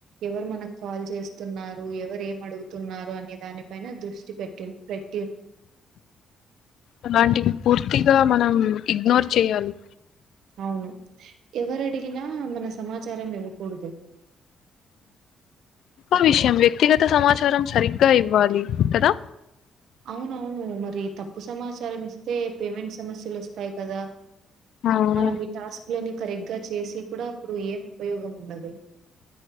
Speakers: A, on the right; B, on the left.
A: ఎవరు మనకు కాల్. చేస్తున్నారు ఎవరు ఏం అడుగుతున్నారు అనే దాని పైన దృష్టి పెట్టి పెట్.
B: అలాంటివి పూర్తిగా మనం ఇగ్నోర్ చేయాలి.
A: అవును ఎవరడిగినా మన సమాచారం ఇవ్వకూడదు.
B: ఇంకో విషయం వ్యక్తిగత. అంత సమాచారం సరిగ్గా ఇవ్వాలి కదా.
A: అవునవును మరి తప్పు సమాచారం ఇస్తే పేమెంట్ సమస్యలు ఓస్తాయి కదా.
B: అవును
A: మనం ఈ టాస్క్లని కరెక్ట్ గా చేసి కూడా అప్పుడు ఏం ఉపయోగం ఉండదు.